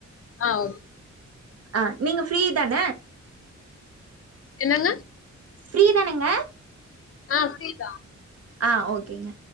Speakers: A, on the left; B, on the right.
A: ஆ ஓ
B: ஆ நீங்க ஃப்ரீ தான
A: என்னங்க
B: ஃப்ரீதானுங்க
A: ஆ ஃப்ரி தா
B: ஆ ஓகேங்க